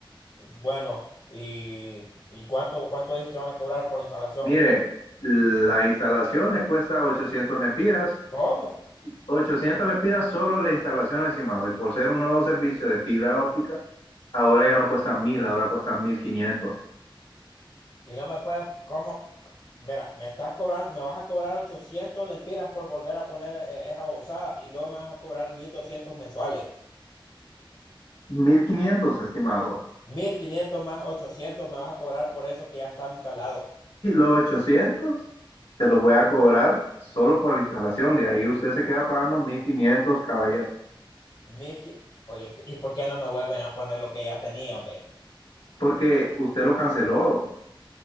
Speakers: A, on the left; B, on the left.
A: bueno, ¿y, y cuánto, cuánto dije que van a cobrar por la instalación?
B: Mire, la instalación le cuesta 800 lempiras,
A: ¿Cómo?
B: 800 lempiras solo la instalación, estimado, y por ser un nuevo servicio de fibra óptica, ahora ya no cuesta 1000, ahora cuesta mil quinientos
A: Y no me pueden, ¿cómo? Mira, me estás cobrando, me vas a cobrar 800 lempiras por volver a poner eh, esa babosada y luego me vas a cobrar 1200 mensuales.
B: mil quinientos, estimado.
A: mil quinientos más 800 me vas a cobrar por eso que ya estaba instalado.
B: Y los 800 se los voy a cobrar solo por la instalación. De ahí usted se queda pagando 1500, caballero,
A: mil qui- Oye, este, ¿y por qué no me vuelven a poner lo que ya tenían, hombre?
B: porque usted lo canceló